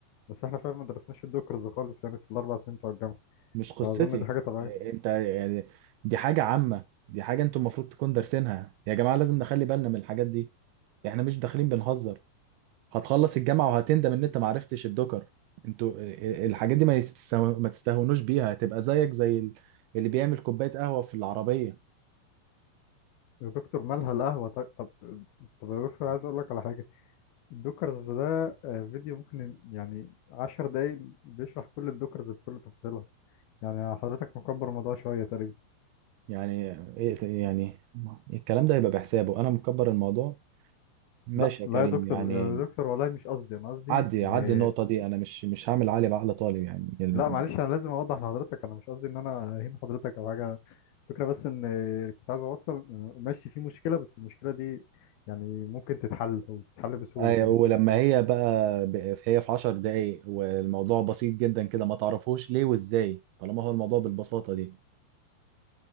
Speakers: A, on the left; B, on the right.
A: بس احنا فعلا ما درسناش الدوكرز خالص يعني في الاربع سنين بتوع الجامعة
B: مش قصتي
A: فاظن دي حاجة طبيعية
B: آه، انت يعني دي حاجه عامه دي حاجه انتم المفروض تكون دارسينها يا جماعه لازم نخلي بالنا من الحاجات دي احنا مش داخلين بنهزر هتخلص الجامعة وهتندم ان انت معرفتش الدكر انتوا ال- الحاجات دي ما يستسه- ما تستهونوش بيها هتبقى زيك زي ال- اللي بيعمل كوباية قهوة في العربية
A: يا دكتور مالها القهوة طيب طب طب يا دكتور عايز اقول لك على حاجة الدوكرز ده آه، فيديو ممكن يعني عشر دقايق بيشرح كل الدوكرز بكل تفصيلها يعني حضرتك مكبر الموضوع شوية تقريبا
B: يعني إيه- يعني الكلام ده هيبقى بحسابه انا مكبر الموضوع ماشي
A: لا
B: يا
A: لا
B: كريم
A: يا دكتور
B: يعني
A: يا دكتور والله مش قصدي أنا قصدي
B: عدي
A: إن
B: عدي النقطة دي انا مش مش هعمل علي بعقل طالب يعني الم-
A: لا معلش أنا لازم أوضح لحضرتك أنا مش قصدي إن أنا أهين حضرتك أو حاجة الفكرة بس إن كنت عايز أوصل ماشي في مشكلة بس المشكلة دي يعني ممكن تتحل وتتحل بسهولة
B: أي-
A: كمان
B: ولما هي بقى ب- هي في عشر دقايق والموضوع بسيط جدا كده ما تعرفوش ليه وازاي طالما هو الموضوع بالبساطة دي